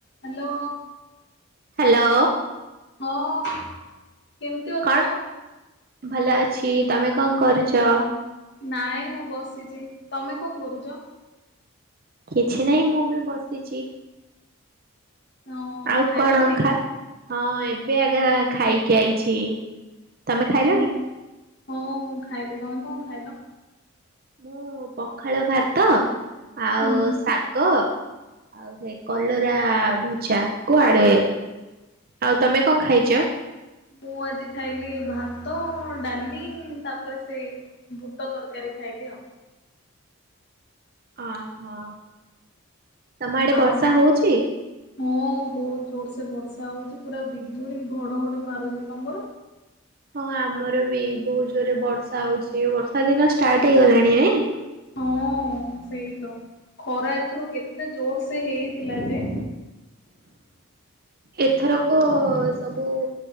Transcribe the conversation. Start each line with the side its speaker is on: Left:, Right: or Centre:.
Left: Hello.
Right: Hello.
Left: ହଁ କେମତି ଅଛ?
Right: କଣ ଭଲ ଅଛି ତମେ କଣ କରୁଛ?
Left: ନାଇଁ ମୁଁ ବସିଛି ତମେ କଣ କରୁଛ?
Right: କିଛି ନାହିଁ ମୁଁ ବି ବସିଛି।
Left: ହଁ
Right: ଆଉ
Left: ଖାଇଲଣି
Right: କଣ ଖା ହଁ ଏବେ ଏବେ ଆଗ ଖାଇକି ଆଇଛି ତମେ ଖାଇଲଣି?
Left: କଣ ହଁ ମୁଁ ଖାଇଲି ତମେ କଣ ଖାଇଲ?
Right: ମୁଁ ପଖାଳ ଭାତ ଆଉ
Left: ହୁଁ
Right: ଶାଗ ଆଉ ସେଇ କଲରା ଭଜା କୁ ଆଳୁ। ଆଉ ତମେ କଣ ଖାଇଚ?
Left: ମୁଁ ଆଜି ଖାଇଲି ଭାତ, ଡାଲି ତାପରେ ସେ ବୁଟ ତରକାରୀ। ଖାଇଲି ଆଉ
Right: ଅ ହଁ ତମ ଆଡେ
Left: ଆଉ
Right: ବର୍ଷା ହଉଛି?
Left: ହଁ ବହୁତ ଜୋରସେ ବର୍ଷା ହଉଛି ପୁରା ବିଜୁଳି, ଘଡଘଡି ମାରୁଛି ତମର?
Right: ହଁ ଆମର ବି ବହୁତ ଜୋରେ ବର୍ଷା ହଉଛି ବର୍ଷା ଦିନ ଷ୍ଟାର୍ଟ ହେଇଗଲାଣି ନାଇଁ?
Left: ହଁ ସେଇ ତ ଖରା ଏଥର କେତେ ଜୋର ସେ ହେଇ ଥିଲା ଯେ
Right: ଏଥରକ ସବୁ